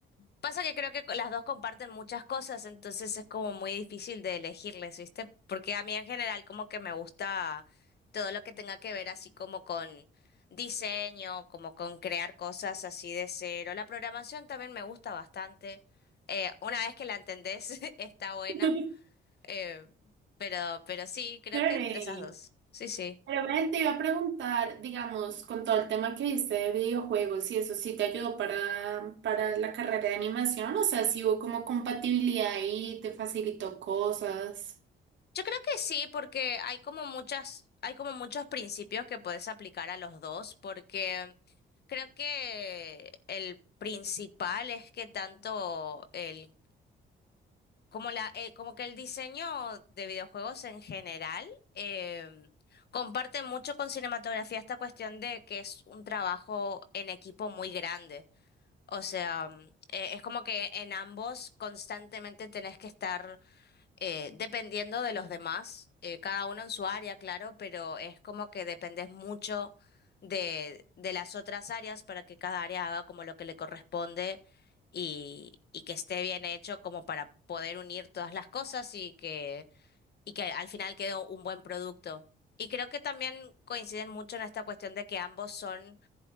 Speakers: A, on the left; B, on the right.
A: Pasa que creo que las dos comparten muchas cosas, entonces es como muy difícil de elegirles, ¿viste? Porque a mí en general como que me gusta todo lo que tenga que ver así como con diseño, como con crear cosas así de cero. La programación también me gusta bastante. Eh, una vez que la entendés, <laughs> está buena.
B: <laughs>
A: Eh, pero, pero sí, creo
B: Chévere.
A: que entre esas dos. Sí, sí.
B: Pero ven, te iba a preguntar, digamos, con todo el tema que viste de videojuegos y eso, ¿sí te ayudó para, para la carrera de animación? O sea, si hubo como compatibilidad y te facilitó cosas.
A: Yo creo que sí, porque hay como muchas, hay como muchos principios que puedes aplicar a los dos, porque creo que el principal es que tanto el, como la, eh, como que el diseño de videojuegos en general em, comparte mucho con cinematografía esta cuestión de que es un trabajo en equipo muy grande. O sea, mm, eh, es como que en ambos constantemente tenés que estar eh, dependiendo de los demás, eh, cada uno en su área, claro, pero es como que dependes mucho de, de las otras áreas para que cada área haga como lo que le corresponde y, y que esté bien hecho como para poder unir todas las cosas y que, y que al final quede un buen producto. Y creo que también coinciden mucho en esta cuestión de que ambos son